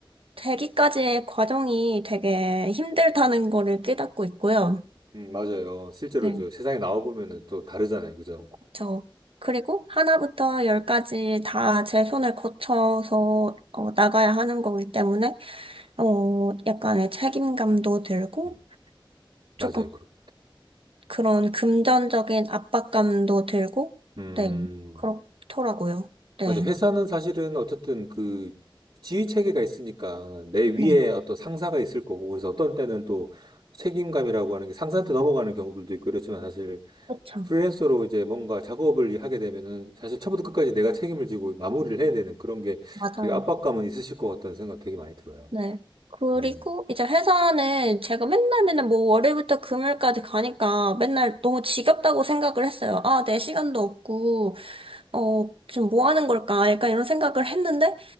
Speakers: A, on the right (about 85°); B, on the right (about 55°).
A: 되기까지의 과정이 되게 힘들다는 거를 깨닫고 있고요.
B: 음, 맞아요. 실제로
A: 네.
B: 저 세상에 나와보면은 또 다르잖아요. 그죠?
A: 저 그리고 하나부터 열까지 다 제 손을 거쳐서 어, 나가야 하는 거기 때문에 어, 약간의 책임감도 들고
B: 음,
A: 조금
B: 맞아요. 그렇고.
A: 그런 금전적인 압박감도 들고
B: 음.
A: 네, 그렇더라고요. 네.
B: 맞아. 회사는 사실은 어쨌든 그 지휘 체계가 있으니까 내 위에
A: 네,
B: 어떤 상사가 있을 거고, 그래서 어떤 때는 또 책임감이라고 하는 게 상사한테 넘어가는 경우들도 있고, 그렇지만 사실
A: 그렇죠.
B: 프리랜서로 이제 뭔가 작업을 하게 되면은 사실 처음부터 끝까지 내가 책임을 지고 마무리를 해야 되는 그런 게
A: 맞아요.
B: 되게 압박감은 있으실 것 같다는 생각 되게 많이 들어요.
A: 네. 그리고
B: 음.
A: 이제 회사는 제가 맨날 맨날 뭐 월요일부터 금요일까지 가니까 맨날 너무 지겹다고 생각을 했어요. 아, 내 시간도 없고 어, 지금 뭐 하는 걸까? 약간 이런 생각을 했는데,